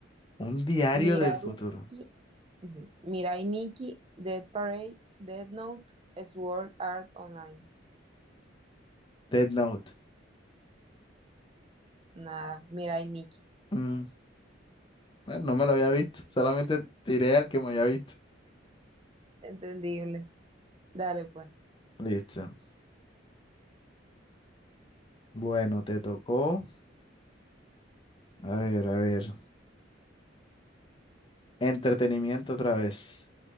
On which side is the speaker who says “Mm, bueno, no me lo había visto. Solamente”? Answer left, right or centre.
Left